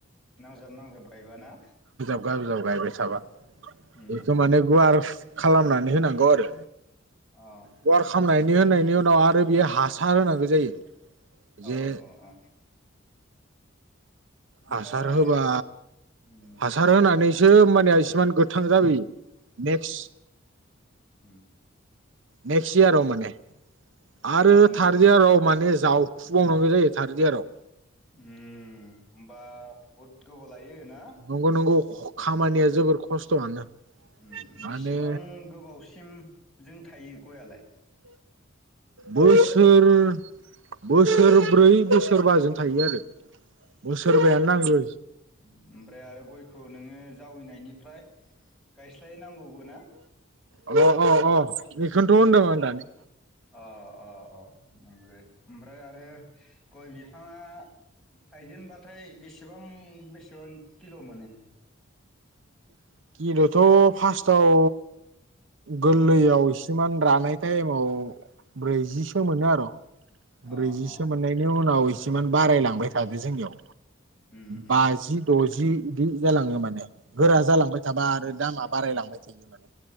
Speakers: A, in the centre; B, on the right.
A: नांजाब नांजाब गायबा ना
B: नांजाब गायबाय थाबा
A: उम
B: बेथ' माने गुवारफ खालामनानै होनांगौ आरो
A: अ
B: गुवार खालामनायनि नि होनायनि उनाव आरो बेयो हासार होनांगो जायो। जे
A: अ अ अ ओमफ्राय
B: हासार होबा
A: उम
B: हासार होनानैसो माने इसेमान गोथां जाबोयो नेक्स्ट
A: ओम
B: नेक्स्ट इयाराव माने
A: उम
B: आरो थार्ड इयाराव माने जावखुबावनांगौ जायो थार्द इयाराव
A: ओम होमबा बहुद गोबाव लायो ना
B: नंगौ नंगौ खामानिया जोबोर खस्थ'आनो
A: ओम
B: माने
A: बेसेबां गोबावसिम जों थायो गययालाय।
B: बोसोर बोसोरब्रै बोसोरबाजों थायो आरो। बोसोरबायानो नांगौ
A: ओम ओमफ्राय आरो गयखौ नोङो जावैनायनिफ्राय गायस्लायनांगौबो ना
B: अ अ अ बेखौनथ होन्दों आं दानि
A: अ अ अ नंगौदे ओमफ्राय आरो गय बि बिफाङआ थाइजेनबाथाय बेसेबां बेसेबां किल' मोनो?
B: <inaudible> थ' फार्स्टआव गोरलैयाव इसिमान रानाय थाइमआव ब्रैजिसो मोनो आरो
A: अ
B: ब्रैजिसो
A: अ
B: मोननायनि उनाव जिमान बारायलांबाय थादो जोंनियाव।
A: उम उम
B: बाजि दजि बिदि जालाङो माने गोरा जालांबाय। आरो दामा बारायलांबाय थायो माने